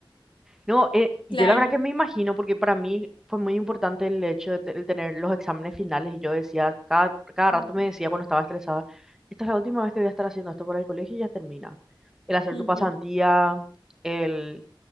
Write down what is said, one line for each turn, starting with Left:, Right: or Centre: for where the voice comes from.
Centre: No, eh, yo
Left: claro.
Centre: la verdad que me imagino, porque para mí fue muy importante el hecho de, te- el tener los exámenes finales. Y yo decía, cada, cada
Left: Ujú,
Centre: rato me decía cuando estaba estresada, esta es la última vez que voy a estar haciendo esto para el colegio y ya termina. El hacer
Left: ujú.
Centre: tu pasantía, el